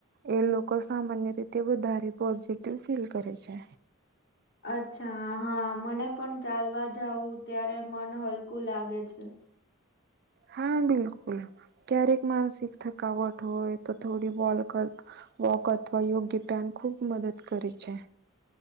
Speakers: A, on the right; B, on the left.
A: એ લોકો. સામાન્ય રીતે વધારે પોઝિટિવ ફીલ કરે છે.
B: અચ્છા હા મને પણ ચાલવા જવું ત્યારે મન હલકું લાગે છે.
A: હા બિલકુલ ક્યારેક માનસિક થકાવટ હોય તો થોડી બોલ કર. વોક અથવા યોગ્ય પન ખૂબ મદદ કરે છે.